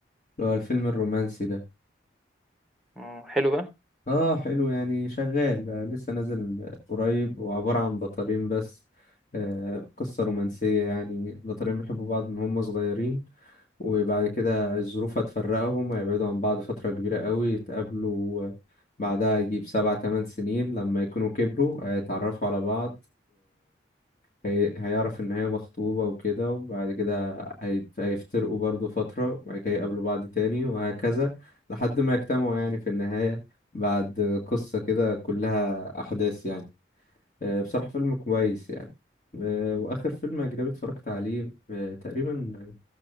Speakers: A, on the left; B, in the centre.
A: اللي هو الفيلم الرومانسي ده
B: اه حلو بقى
A: اه حلو يعني شغال آه، لسه نازل آه، قريب وعبارة عن بطلين بس آه قصة رومانسية يعني بطلين بيحبوا بعض من هم صغيرين وبعد كده الظروف هتفرقهم هيبعدوا عن بعض فترة كبيرة قوي يتقابلوا آه، بعدها يجيب سبع تمن سنين لما يكونوا كبروا هيتعرفوا على بعض هي... هيعرف ان هي مخطوبة وكده وبعد كده هي... هيفترقوا برضو فترة وبعد كده يقابلوا بعض تاني وهكذا لحد ما يجتمعوا يعني في النهاية بعد قصة كده كلها أحداث يعني آه، بصراحة فيلم كويس يعني آه، وآخر فيلم أجنبي اتفرجت عليه آه، تقريبا